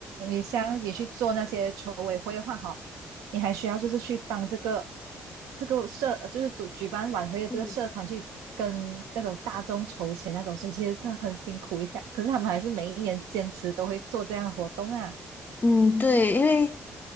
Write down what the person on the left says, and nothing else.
嗯，
嗯，对，因为